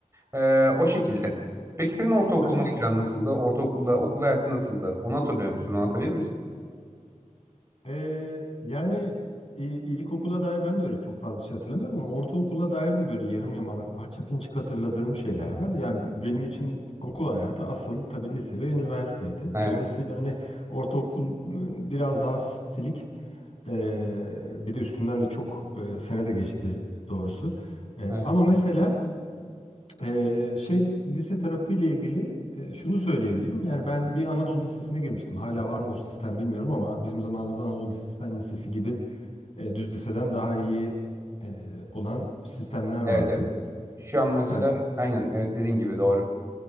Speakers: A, on the right (about 20°); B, on the left (about 45°).
A: Ee, o şekilde. Peki senin ortaokul
B: Ben
A: maceran nasıldı? Ortaokulla okul hayatı nasıldı? Onu hatırlıyor musun? Onu Anlatabilir misin?
B: eee, yani i- ilkokula dair ben de öyle çok fazla şey hatırlamıyorum ama ortaokula dair de böyle yarım yamalak parça pinçik hatırladığım şeyler var. Yani benim için okul hayatı asıl tabii lise ve üniversiteydi.
A: Evet,
B: Dolayısıyla hani ortaokul e, biraz daha silik. Ee, bir de üstünden de çok e, sene de geçti doğrusu. Ee,
A: evet,
B: ama mesela e, şey lise tarafıyla ilgili e, şunu söyleyebilirim. Yani ben bir Anadolu Lisesi'ne girmiştim. Hala var mı o sistem bilmiyorum ama bizim zamanımızda Anadolu Lisesi, Fen Lisesi gibi e, düz liseden daha iyi e, olan sistemler vardı.
A: evet, evet. Şu an mesela
B: Ha,
A: aynen evet dediğin gibi doğru.